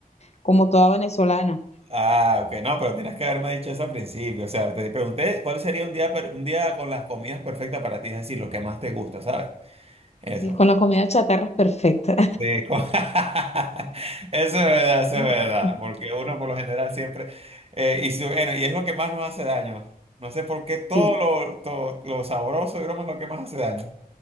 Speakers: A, on the left; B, on the right.
A: como toda venezolana,
B: Ah, ok, no, pero tienes que haberme dicho eso al principio. O sea, te pregunté cuál sería un día, per- un día con las comidas perfectas para ti, es decir, lo que más te gusta, ¿sabes? Eso.
A: y con la comida chatarra es perfecta.
B: Sí, co- <laughs> Eso es verdad, eso
A: <laughs>
B: es verdad, porque uno por lo general siempre... eh, y, su- bueno, y es lo que más nos hace daño. No sé por qué todo
A: Sí,
B: lo, todo lo sabroso, digamos, es lo que más hace daño.